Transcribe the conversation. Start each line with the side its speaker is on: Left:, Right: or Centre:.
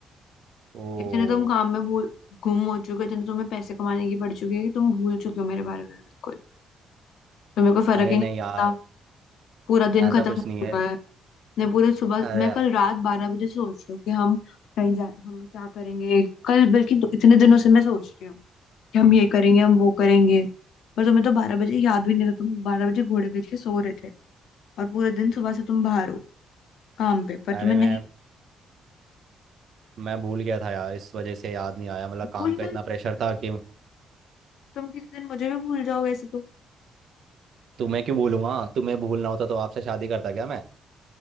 Right: ओ
Left: इतने तुम काम में भूल गुम हो चुके हो, इतने तुम्हें पैसे कमाने की पड़ चुकी है कि तुम भूल चुके हो मेरे बारे में बिल्कुल तो मेरे को फर्क
Right: अरे
Left: ही
Right: नहीं
Left: नहीं
Right: यार
Left: पड़ता पूरा दिन
Right: ऐसा
Left: खत्म
Right: कुछ
Left: हो
Right: नहीं
Left: चुका
Right: है
Left: है मैं पूरे सुबह
Right: अरे
Left: मैं कल रात बारह बजे सोच रही हूँ कि हम कहीं जा हम क्या करेंगे कल बल्कि दो- इतने दिनों से मैं सोच रही हूँ कि हम ये करेंगे हम वो करेंगे पर तुम्हें तो बारह बजे याद भी नहीं था तुम बारह बजे घोड़े बेच के सो रहे थे और पूरे दिन सुबह से तुम बाहर हो काम पे पर
Right: अरे
Left: तुम्हें
Right: मैं
Left: नहीं
Right: मैं भूल गया था यार इस वजह से याद नहीं आया मतलब काम
Left: भूल
Right: का
Left: गए
Right: इतना प्रेशर था कि
Left: तुम किसी दिन मुझे भी भूल जाओगे ऐसे तो
Right: तुम्हें क्यों भूलूंगा तुम्हें भूलना होता तो आपसे शादी करता क्या मैं